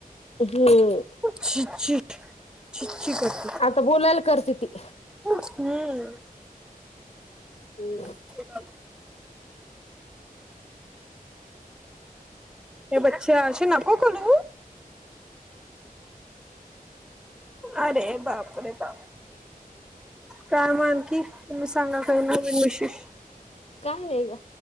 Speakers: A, on the left; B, in the centre.
A: हम!
B: छि छि छि छि करते
A: आता बोलायला करते ती.
B: हम्म!
A: हम्!
B: ते हे बच्छा असशी नको कलू. अरे बापरे बाप! काय मान की तुम्ही सांगा काही नवीन विशेष?
A: काय नाही गं!